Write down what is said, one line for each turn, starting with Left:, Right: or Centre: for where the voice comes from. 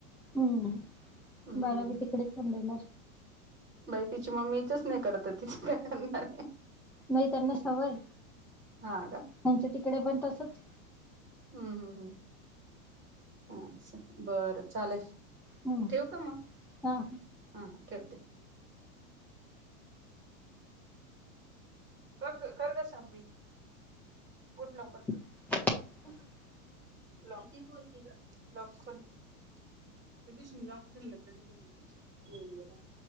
Centre: हम्म
Right: हम्म
Centre: बारवी
Right: हम्म
Centre: तिकडे ांणार
Right: बाई तिची मम्मीच नाही करत तिथ काय करणारे.
Centre: नाही त्यांना स हवय
Right: हा का
Centre: त्यांच्या तिकडे पण तसच
Right: हम्म हम्म हम् अ बरं चालेल.
Centre: हम्म
Right: ठेव का मग
Centre: हा
Right: हा ठेवते. कर कर का सबमिट कुठ लकर.
Centre: <unintelligible>
Right: ली बोलती का लख रतीश मी लखेनलं तरी ये आहे.